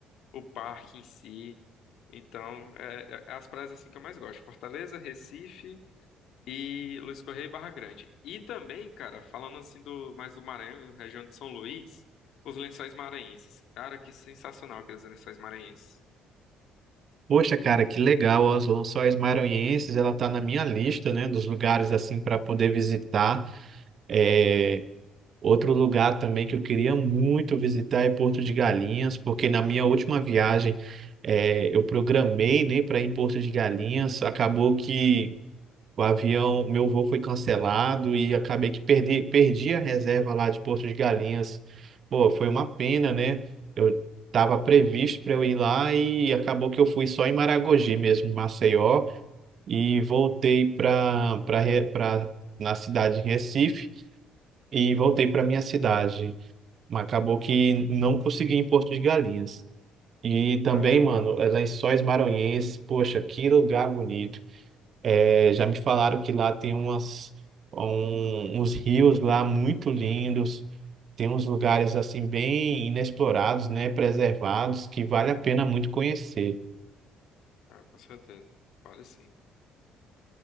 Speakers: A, on the left (about 75°); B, on the right (about 55°).
A: o parque em si. Então, é, é é as praias assim que eu mais gosto. Fortaleza, Recife. E Luiz Correia e Barra Grande. E também, cara, falando assim do mais do Maranhão, região de São Luís, os Lençóis Maranhenses. Cara, que sensacional aqueles Lençóis Maranhenses.
B: Poxa, cara, que legal, as Lençóis Maranhenses, ela tá na minha lista, né, dos lugares assim para poder visitar. É, outro lugar também que eu queria muito visitar é Porto de Galinhas, porque na minha última viagem é, eu programei, né, para ir em Porto de Galinhas, acabou que o avião, meu voo foi cancelado e acabei que perdi, perdi a reserva lá de Porto de Galinhas. Pô, foi uma pena, né? Eu estava previsto para eu ir lá e acabou que eu fui só em Maragogi mesmo, em Maceió, e voltei para para na cidade de Recife e voltei para minha cidade. Mas acabou que não consegui em Porto de Galinhas. E também,
A: Caramba,
B: mano,
A: mano.
B: é Lençóis Maranhenses, poxa, que lugar bonito. É, já me falaram que lá tem umas, um- uns rios lá muito lindos, tem uns lugares assim bem inexplorados, né, preservados, que vale a pena muito conhecer.
A: Ah, com certeza. Vale sim.